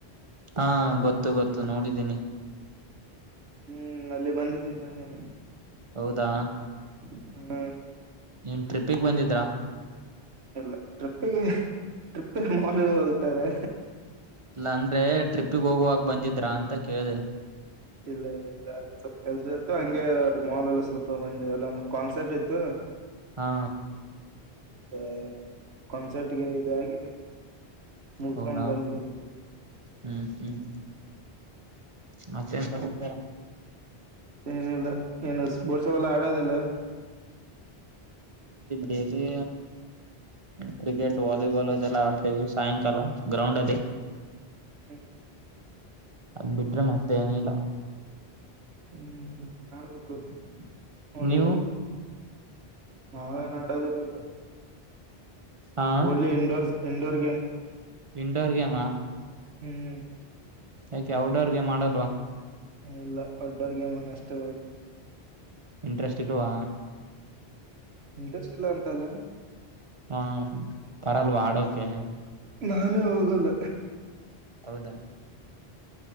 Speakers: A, on the right; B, on the right.
A: ಹಾ ಗೊತ್ತು ಗೊತ್ತು ನೋಡಿದ್ದೀನಿ.
B: ಹ್ಮ್ ಅಲ್ಲಿ ಬಂದಿದ್ದೀವಿ ಮೊನ್ನೇನೆ.
A: ಹೌದಾ.
B: ಹ್ಮ್
A: ಏನ್ ಟ್ರಿಪ್ಪಿಗ್ ಬಂದಿದ್ರಾ.
B: ಇಲ್ಲ ಟ್ರಿಪ್ಪಿಗೆ ಟ್ರಿಪ್ಪಿಗೆ ಮಾಲಿಗ ಹೋಗ್ತಾರೆ.
A: ಇಲ್ಲ ಅಂದ್ರೆ ಟ್ರಿಪ್ಪಿಗ ಹೋಗುವಾಗ ಬಂದಿದ್ರಾ ಅಂತಾ ಕೇಳ್ದೆ.
B: ಇಲ್ಲ ಇಲ್ಲ. ಅಲ್ಲಿ ಸ್ವಲ್ಪ ಕೆಲ್ಸ ಇತ್ತು ಹಂಗೆ ಅದು ಮಾಲ್ ಲಲ್ಲಿ ಸ್ವಲ್ಪ ಮಂದಿ ಅಲ್ಲ ಒಂದ ಕಾನ್ಸರ್ಟ್ ಇತ್ತು.
A: ಹಾ
B: ದ ಕಾನ್ಸರ್ಟ್ಗೆ ಇದಾಗಿ ಮುಗಸ್ಕೊಂಡ್
A: ಹೌದಾ
B: ಬಂದ್ವಿ
A: ಹ್ಮ್ ಹ್ಮ್. ಮತ್ತೆನ್ ಸಮಾಚಾರ. <unintelligible>
B: ಏನಿಲ್ಲ ಏನು ಸ್ಪೋರ್ಟ್ಸ್ ಅವೆಲ್ಲ ಆಡೋದಿಲ್ಲ
A: ಡೇಲಿ ಕ್ರಿಕೆಟ್ ವಾಲಿಬಾಲ್ ಅದೆಲ್ಲ ಆಡ್ತೇವಿ ಸಾಯಂಕಾಲ ಗ್ರೌಂಡ್ ಅಲ್ಲಿ. <inaudible>
B: ಹ್ಮ್ ಹ್ಮ್
A: ಅದಬಿಟ್ರೆ ಮತ್ತೇನಿಲ್ಲ.
B: ಹ್ಮ್ ಹ್ಮ್ ಮಾಡ್ಬೇಕು ಒಳ್ಳೇದ್ರಿ.
A: ನೀವು
B: ನಾವೇನ್ ಆಡೋದಿಲ್ಲ
A: ಹಾ
B: only indoor indoor game.
A: Indoor ಗೇಮಾ.
B: ಹ್ಮ್
A: ಯಾಕೆ ಔಟ್ಡೋರ್ ಗೇಮ್ ಆಡಲ್ವಾ.
B: ಏ ಇಲ್ಲ ಔಟ್ಡೋರ್ ಗೆಮೆನಸ್ಟ್
A: ಇಂಟ್ರೆಸ್ಟ್ ಇಲ್ವಾ.
B: ಇಂಟ್ರೆಸ್ಟ್ ಇಲ್ಲ ಅಂತ ಅಲ್ಲ.
A: ಹಾ ಬರಲ್ವಾ ಆಡೋಕೆ.
B: ನಾನೇ ಹೋಗಲ್ಲ.
A: ಹೌದಾ.